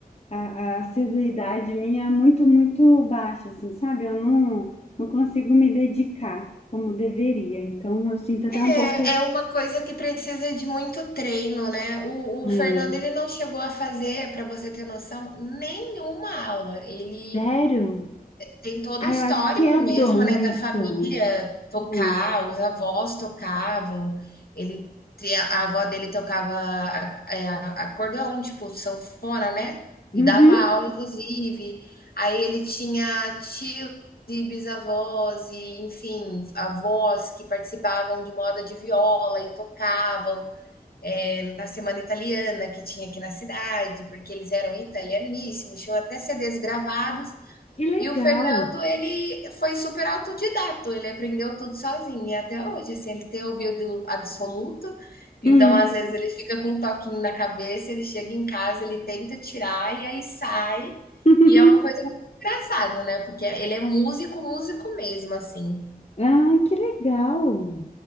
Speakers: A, on the left (about 40°); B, on the left (about 75°).
A: a, a assiduidade minha é muito, muito baixa, assim, sabe? Eu não, não consigo me dedicar como deveria. Então, eu sinto até um
B: É,
A: pouco.
B: é uma coisa que precisa de muito treino, né? O, o
A: É,
B: Fernando ele não chegou a fazer, para você ter noção, nenhuma aula. Ele
A: sério?
B: tem todo
A: Ah,
B: o histórico
A: eu acho que é
B: mesmo,
A: dom,
B: né, da
A: então.
B: família tocar,
A: Hum.
B: os avós tocavam, ele te a avó dele tocava a eh, a acordeon, tipo, sanfona, né,
A: Uhum.
B: e dava aula inclusive. Aí ele tinha tios e bisavós e, enfim, avós que participavam de moda de viola e tocavam, eh, na semana italiana que tinha aqui na cidade, porque eles eram italianíssimos, tinham até CDs gravados
A: Que legal.
B: e o Fernando, ele foi super autodidato, ele aprendeu tudo sozinho, e até hoje, assim, ele tem ouvido absoluto, então
A: Hum.
B: às vezes ele fica com um toquinho na cabeça, ele chega em casa, ele tenta tirar e aí sai,
A: <laughs>
B: e é uma coisa muito engraçada, né, porque ele é músico, músico mesmo, assim.
A: Ah, que legal!